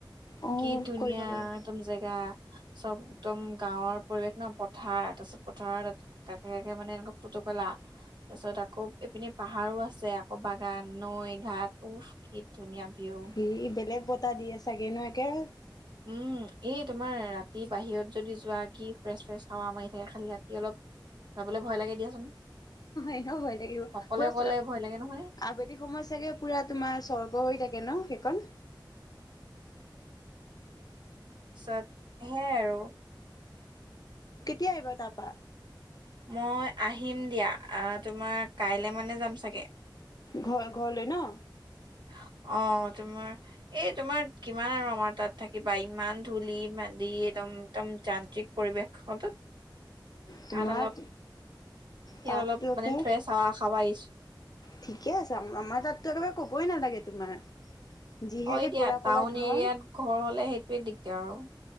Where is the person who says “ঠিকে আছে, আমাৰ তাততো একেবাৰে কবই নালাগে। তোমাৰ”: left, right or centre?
Left